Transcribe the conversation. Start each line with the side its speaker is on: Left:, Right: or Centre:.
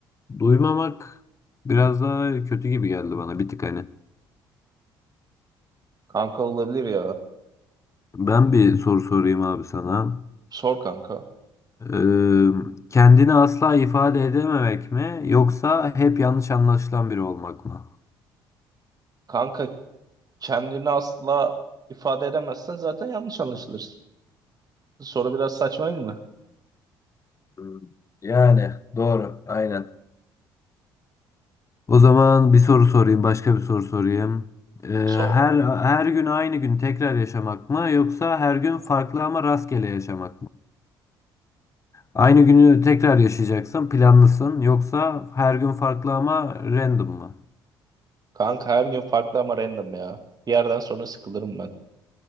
Left: duymamak biraz daha kötü gibi geldi bana bir tık hani.
Right: Kanka olabilir ya.
Left: Ben bir soru sorayım abi sana.
Right: Sor kanka.
Left: Eee, kendini asla ifade edememek mi yoksa hep yanlış anlaşılan biri olmak mı?
Right: Kanka kendini asla ifade edemezsen zaten yanlış anlaşılırsın. Soru biraz saçma değil mi?
Left: Hmm. Yani doğru. Aynen. O zaman bir soru sorayım, başka bir soru sorayım. Eee,
Right: Sor
Left: her
Right: kanka.
Left: her gün aynı gün tekrar yaşamak mı yoksa her gün farklı ama rastgele yaşamak mı? Aynı günü tekrar yaşayacaksın, planlısın yoksa her gün farklı ama random mı?
Right: Kanka her gün farklı ama random ya. Bir yerden sonra sıkılırım ben.